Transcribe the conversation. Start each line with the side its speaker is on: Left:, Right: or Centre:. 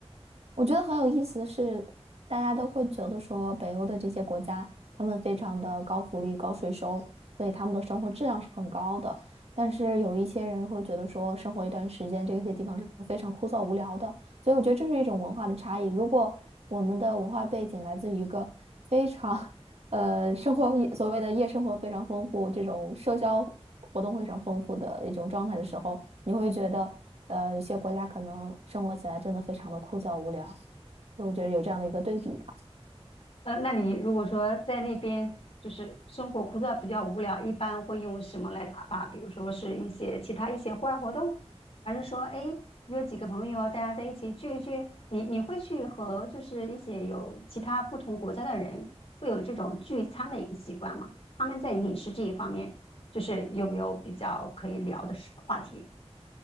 Right: 我觉得很有意思的是，大家都会觉得说北欧的这些国家，他们非常的高福利、高税收，所以他们的生活质量是很高的。但是有一些人会觉得说，生活一段时间，这些地方是非常枯燥无聊的。所以我觉得这是一种文化的差异。如果我们的文化背景来自于一个非常 <laughs> 呃生活所谓的夜生活非常丰富，这种社交活动非常丰富的一种状态的时候。你会觉得，呃，有些国家可能生活起来真的非常的枯燥无聊，就我觉得有这样的一个对比吧。
Left: 呃，那你如果说在那边就是生活枯燥、比较无聊，一般会用什么来打发？比如说是一些其他一些户外活动，还是说哎约几个朋友大家在一起聚一聚？你你会去和就是一些有其他不同国家的人会有这种聚餐的一个习惯吗？他们在饮食这一方面，就是有没有比较可以聊的事话题，